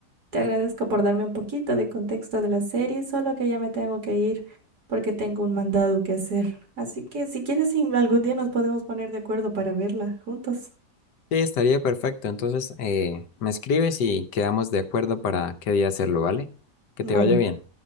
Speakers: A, on the right; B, on the left.
A: Te agradezco por darme un poquito de contexto de la serie, solo que ya me tengo que ir porque tengo un mandado que hacer. Así que si quieres, sí, algún día nos podemos poner de acuerdo para verla juntos.
B: Sí, estaría perfecto. Entonces, eh, me escribes y quedamos de acuerdo para qué día hacerlo, ¿vale? Que
A: Bueno.
B: te vaya bien.